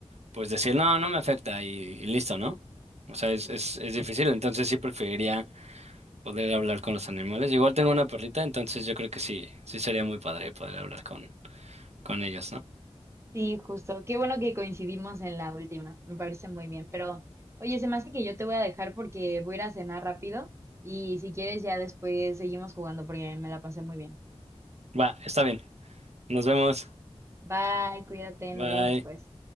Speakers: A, on the right (about 70°); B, on the right (about 25°).
A: pues decir, no, no me afecta y, y listo, ¿no? O sea, es, es, es difícil, entonces sí preferiría poder hablar con los animales. Igual tengo una perrita, entonces yo creo que sí, sí sería muy padre poder hablar con, con ellos, ¿no?
B: Sí, justo. Qué bueno que coincidimos en la última. Me parece muy bien. Pero, oye, se me hace que yo te voy a dejar porque voy a ir a cenar rápido y si quieres ya después seguimos jugando porque me la pasé muy bien.
A: Va, está bien. Nos vemos.
B: Bye, cuídate,
A: Bye.
B: nos vemos después.